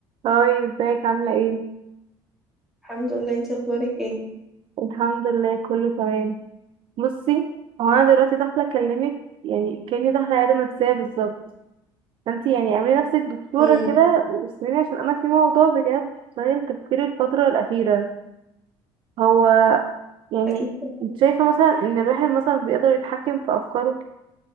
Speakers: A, on the right; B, in the centre.
A: هاي ازيك عاملة ايه؟
B: الحمد لله انت اخبارك ايه
A: الحمد لله كله تمام بصي هو انا دلوقتي داخلة اكلمك يعني كأني داخلة عيادة نفسية بالظبط فانتي يعني اعملي نفسك دكتورة
B: امم
A: كده واسمعيني عشان انا في موضوع بجد شاغل تفكيري الفترة الأخيرة هو يعني
B: اكيد طبعاً.
A: انت شايفة مثلا ان الواحد مثلا بيقدر يتحكم في افكاره